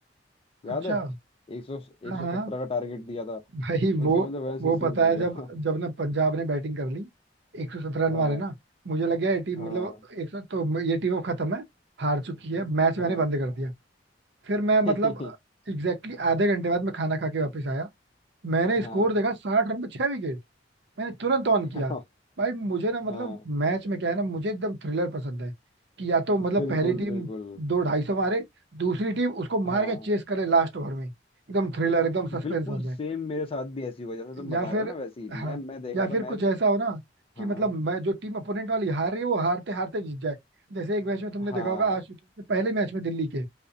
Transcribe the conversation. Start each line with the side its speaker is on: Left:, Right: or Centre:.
Left: याद
Right: अच्छा
Left: है एक सौ एक
Right: हाँ
Left: सौ
Right: हाँ
Left: सत्रह का टारगेट दिया था
Right: भाई
Left: वो
Right: वो
Left: समझ लो वैसे
Right: वो
Left: सीन
Right: पता
Left: हो
Right: है
Left: गया
Right: जब
Left: <laughs>
Right: जब ना पंजाब ने बैटिंग कर ली एक सौ सत्रह रन
Left: हाँ
Right: मारे ना मुझे लग गया ये टीम
Left: हाँ
Right: मतलब एक सौ तो ये टीम अब खत्म है हार चुकी है मैच
Left: हाँ
Right: मैंने बंद कर दिया फिर मैं
Left: <laughs>
Right: मतलब एग्जैक्टली exactly आधे घंटे बाद मैं खाना खा के वापस आया मैंने
Left: हाँ
Right: स्कोर देखा साठ रन पे छह विकेट मैंने तुरंत ऑन किया
Left: हाँ
Right: भाई मुझे ना मतलब
Left: हाँ
Right: मैच में क्या है ना मुझे एकदम थ्रिलर पसंद है कि या तो मतलब
Left: बिल्कुल
Right: पहली टीम
Left: बिल्कुल
Right: दो ढाई सौ मारे दूसरी टीम उसको मार
Left: हाँ
Right: के चेस करे लास्ट ओवर में एकदम थ्रिलर एकदम सस्पेंस
Left: बिल्कुल
Right: हो जाए
Left: सेम मेरे साथ भी ऐसी हुआ जैसे तुम
Right: या
Left: बता
Right: फिर
Left: रहे हो ना वैसी ही। मैं
Right: हाँ
Left: मैं देख
Right: या
Left: रहा था
Right: फिर
Left: मैच
Right: कुछ ऐसा हो ना कि
Left: हाँ
Right: मतलब
Left: हाँ
Right: मैं जो टीम अपोनेंट वाली हार रही है वो हारते हारते जीत जाए जैसे एक मैच में तुमने
Left: हाँ
Right: देखा होगा आशुतोष ने पहले मैच में दिल्ली के